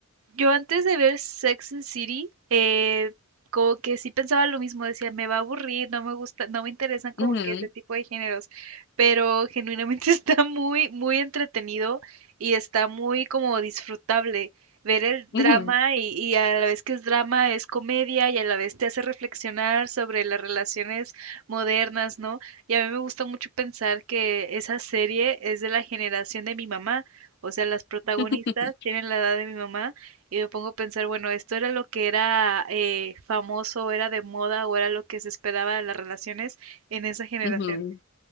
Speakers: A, on the right (about 85°); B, on the left (about 55°).
A: Yo antes de ver Sex and the City, eh, como que sí pensaba lo mismo, decía, me va a aburrir, no me gusta, no me interesan como
B: Ujú,
A: que ese tipo de géneros, pero genuinamente <laughs> está muy, muy entretenido y está muy como disfrutable ver el
B: ujú,
A: drama y, y a la vez que es drama es comedia y a la vez te hace reflexionar sobre las relaciones modernas, ¿no? Y a mí me gusta mucho pensar que esa serie es de la generación de mi mamá, o sea, las protagonistas
B: <laughs>
A: tienen la edad de mi mamá. Y me pongo a pensar, bueno, esto era lo que era eh, famoso, era de moda o era lo que se esperaba de las relaciones en esa generación.
B: ujú.